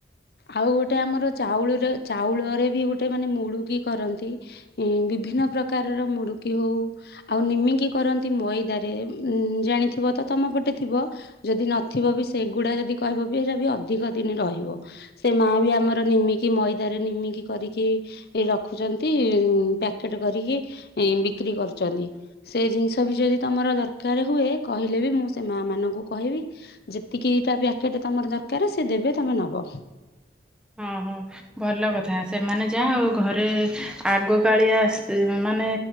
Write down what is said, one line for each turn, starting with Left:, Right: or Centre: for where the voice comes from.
Left: ଆଉ ଗୋଟେ ଆମର ଚାଉଳର ଚାଉଳରେ ବି ଗୋଟେ ମାନେ ମୁଡ଼ୁକି କରନ୍ତି। ବିଭିନ୍ନ ପ୍ରକାରର ମୁଡ଼ୁକି ହଉ ଆଉ ନିମିକି କରନ୍ତି ମଇଦାରେ ଉ ଜାଣିଥିବ ତ ତମ ପଟେ ଥିବ। ଯଦି ନଥିବ ବି ସେଗୁଡ଼ା ଯଦି କହିବ ବି ହେରା ବି ଅଧିକ ଦିନି ରହିବ। ସେ ମା ବି ଆମର ନିମିକି ମଇଦାରେ ନିମିକି କରିକି ଏ ରଖୁଛନ୍ତି ପ୍ୟାକେଟ୍ କରିକି ବିକ୍ରି କରୁଛନ୍ତି। ସେ ଜିନିଷ ବି ଯଦି ତମର ଦରକାର ହୁଏ କହିଲେ ବି ମୁଁ ସେ ମା ମାନଙ୍କୁ କହିବି ଯେତିକି ଟା ପ୍ୟାକେଟ୍ ତମର ଦରକାର ସେ ଦେବେ ତମେ ନବ।
Centre: ହଁ ହଁ। ଭଲ କଥା ସେମାନେ ଯାହା ହଉ ଘରେ ଆଗକାଳିଆ ସ୍ତି ମାନେ